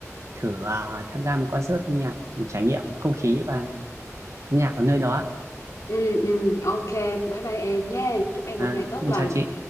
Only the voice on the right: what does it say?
thử à, tham gia một concert âm nhạc để trải nghiệm không khí và âm nhạc ở nơi đó ạ.
à
em
chào chị